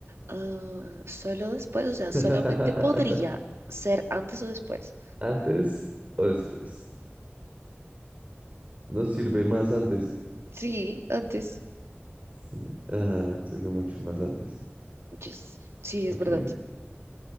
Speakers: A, on the right; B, on the right.
A: Ah, solo después, o sea,
B: <laughs>
A: solamente podría ser antes o después.
B: ¿Antes o después? Nos sirve más antes.
A: Sí, antes.
B: Sí, Ajá, sirve mucho más antes.
A: Yes. Sí, es
B: Ok,
A: verdad.